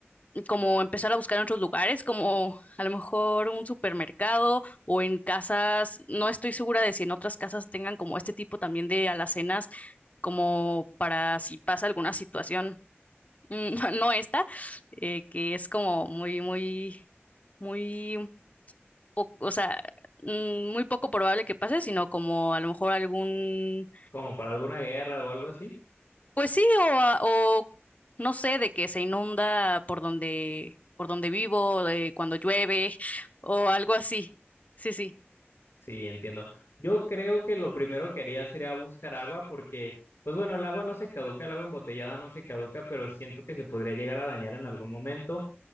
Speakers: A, on the left (about 35°); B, on the left (about 65°).
A: como empezar a buscar en otros lugares, como a lo mejor un supermercado o en casas, no estoy segura de si en otras casas tengan como este tipo también de alacenas, como para si pasa alguna situación, mm, <laughs> no esta, eh, que es como muy, muy, muy poco, o sea, mm, muy poco probable que pase, sino como a lo mejor algún
B: como para alguna guerra o algo así.
A: Pues sí, o, a- o no sé, de que se inunda por donde, por donde vivo, de cuando llueve, o algo así. Sí, sí.
B: Sí, entiendo. Yo creo que lo primero que haría sería buscar agua porque, pues bueno, el agua no se caduca, el agua embotellada no se caduca, pero siento que se podría llegar a dañar en algún momento.